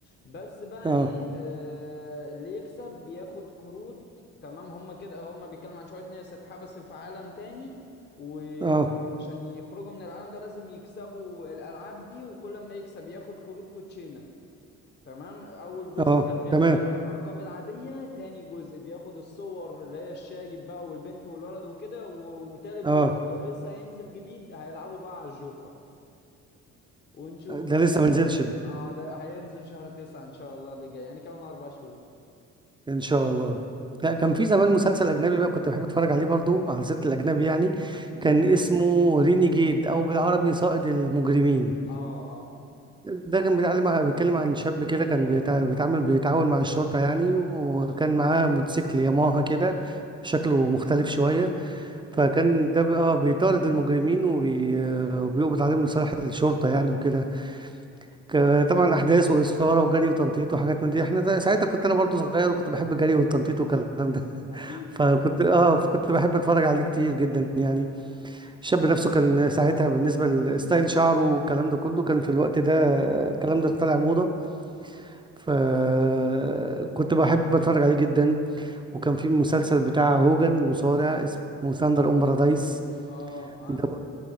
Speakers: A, on the left; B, on the right.
A: بس بقى
B: اه
A: ايه آه اللي يكسب بياخد كروت تمام هما كده هما بيتكلم عن شوية ناس اتحبسوا في عالم تاني و...
B: اه
A: عشان يخرجوا من العالم ده لازم يكسبوا الألعاب دي وكل ما يكسب ياخد كروت كوتشينة تمام أول جزء
B: اه
A: كان بياخد
B: تمام
A: الأرقام العادية تاني جزء بياخد الصور اللي هي الشايب بقى والبنت والولد وكده و... وتالت
B: اه
A: جزء اللي هو لسه هينزل جديد هيلعبوا بقى على الجوكر ونشوف بقى
B: ده لسه ما
A: لا-
B: نزلش
A: اه ده هينزل شهر تسعة إن شاء الله اللي جاي يعني كمان أربع شهور
B: ان شاء الله لا كان في زمان مسلسل اجنبي بقى كنت بحب اتفرج عليه برضو على سيره الاجنبي يعني
A: امم
B: كان اسمه رينيجيد او بالعربي صائد المجرمين
A: اه اه آه،
B: ده كان بيتعلم ع- بيتكلم عن شاب كده كان بيتع- بيتعامل بيتعاون مع الشرطه يعني وكان معاه موتوسيكل ياماها كده شكله مختلف شويه فكان
A: حلو
B: ده بقى آه بيطارد المجرمين وبي... وبيقبض عليهم لصالح الشرطه يعني وكده ك- طبعا احداث واثاره وجري وتنطيط وحاجات من دي احنا ده- ساعتها كنت انا برضو صغير وكنت بحب الجري والتنطيط والكلام
A: أكيد
B: فكنت اه فكنت بحب اتفرج عليه كتير جدا يعني الشاب نفسه كان ساعتها بالنسبه لستايل شعره والكلام ده كله كان في الوقت ده الكلام ده طالع موضه فكنت بحب اتفرج عليه جدا وكان في مسلسل بتاع هوجن المصارع اسمه ثاندر اون بارادايس
A: اه عارف
B: ده بر-